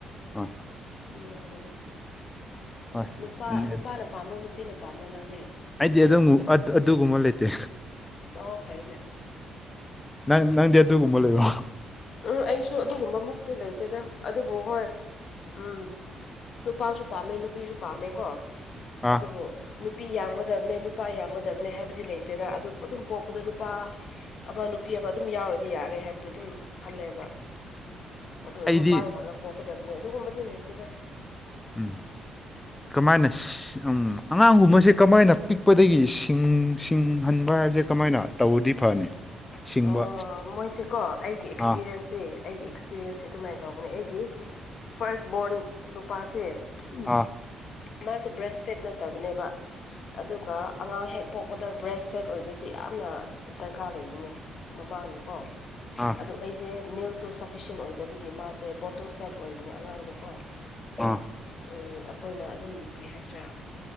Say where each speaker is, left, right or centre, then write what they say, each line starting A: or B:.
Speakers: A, on the left; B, on the left.
A: ꯑꯥ
B: ꯑꯅꯤ ꯑꯍꯨꯝ
A: ꯍꯣꯏ
B: ꯅꯨꯄꯥ
A: ꯎꯝ
B: ꯅꯨꯄꯥꯅ ꯄꯥꯝꯕ꯭ꯔꯣ ꯅꯨꯄꯤꯅ ꯄꯥꯝꯕ꯭ꯔꯣ ꯅꯪꯗꯤ
A: ꯑꯩꯗꯤ ꯑꯗꯨꯝ ꯑꯗꯨꯒꯨꯝꯕ ꯂꯩꯇꯦ
B: ꯑꯣ ꯐꯩꯅꯦ
A: ꯅꯪ ꯅꯪꯗꯤ ꯑꯗꯨꯒꯨꯝꯕ ꯂꯩꯕ꯭ꯔꯣ
B: ꯎꯝ ꯑꯩꯁꯨ ꯑꯗꯨꯒꯨꯝꯕ ꯃꯨꯛꯇꯤ ꯂꯩꯇꯦꯗ ꯑꯗꯨꯕꯨ ꯍꯣꯏ ꯎꯝ ꯅꯨꯄꯥꯁꯨ ꯅꯨꯄꯥꯁꯨ ꯄꯥꯝꯃꯦ ꯅꯨꯄꯤꯁꯨ ꯄꯥꯝꯃꯦꯀꯣ
A: ꯑꯥ
B: ꯑꯗꯨꯕꯨ ꯅꯨꯄꯤ ꯌꯥꯝꯒꯗꯕꯅꯦ ꯅꯨꯄꯥ ꯌꯥꯝꯒꯗꯕꯅꯦ ꯍꯥꯏꯕꯗꯤ ꯂꯩꯇꯦꯗ ꯑꯗꯨ ꯑꯗꯨꯝ ꯄꯣꯛꯄꯗ ꯅꯨꯄꯥ ꯑꯃ ꯅꯨꯄꯤ ꯑꯃ ꯑꯗꯨꯝ ꯌꯥꯎꯔꯗꯤ ꯌꯥꯔꯦ ꯍꯥꯏꯕꯗꯣ ꯑꯗꯨꯝ ꯈꯜꯂꯦꯕ ꯑꯗꯣ
A: ꯑꯩꯗꯤ
B: ꯅꯨꯄꯥ ꯌꯥꯝꯅ ꯄꯣꯛꯀꯗꯕꯅꯤ ꯑꯗꯨꯒꯨꯝꯕꯗꯤ ꯂꯩꯇꯦꯗ
A: ꯎꯝ ꯀꯃꯥꯏꯅ ꯎꯝ ꯑꯉꯥꯡꯒꯨꯝꯕꯁꯦ ꯀꯃꯥꯏꯅ ꯄꯤꯛꯄꯗꯒꯤ ꯁꯤꯡ ꯁꯤꯡꯍꯟꯕ ꯍꯥꯏꯕꯁꯦ ꯀꯃꯥꯏꯅ ꯇꯧꯔꯗꯤ ꯐꯅꯤ ꯁꯤꯡꯕ
B: ꯑ ꯃꯣꯏꯁꯦꯀꯣ ꯑꯩꯒꯤ ꯑꯦꯛꯁꯄꯤꯔꯤꯌꯦꯟꯁ
A: ꯑꯥ
B: ꯖꯦ ꯑꯩꯒꯤ ꯑꯦꯛꯁꯄꯤꯔꯤꯟꯁꯁꯦ ꯑꯗꯨꯃꯥꯏꯅ ꯇꯧꯕꯅꯦ ꯑꯩꯒꯤ ꯐꯥꯔꯁ ꯕꯣꯔꯟ ꯅꯨꯄꯥꯁꯦ ꯎꯝ
A: ꯑꯥ
B: ꯃꯥꯁꯦ ꯕ꯭ꯔꯦꯁ ꯐꯦꯠ ꯅꯠꯇꯕꯅꯦꯕ ꯑꯗꯨꯒ ꯑꯉꯥꯡ ꯍꯦꯛ ꯄꯣꯛꯄꯗ ꯕ꯭ꯔꯦꯁ ꯐꯦꯠ ꯑꯣꯏꯕꯁꯤ ꯌꯥꯝꯅ ꯗꯔꯀꯥꯔ ꯂꯩꯕꯅꯦ ꯃꯃꯥꯒꯤꯀꯣ
A: ꯑꯥ
B: ꯑꯗꯨ ꯑꯩꯁꯦ ꯃꯤꯜꯛ ꯇꯣ ꯁꯐꯤꯁꯦꯟ ꯑꯣꯏꯗꯕꯒꯤ ꯃꯥꯁꯦ ꯕꯣꯇꯜ ꯐꯦꯠ ꯑꯣꯏꯕꯅꯦ ꯑꯉꯥꯡꯗꯣꯀꯣ
A: ꯑꯥ
B: ꯎꯝ ꯑꯩꯈꯣꯏꯅ ꯑꯗꯨꯝ ꯀꯔꯤ ꯍꯥꯏꯁꯤꯔꯥ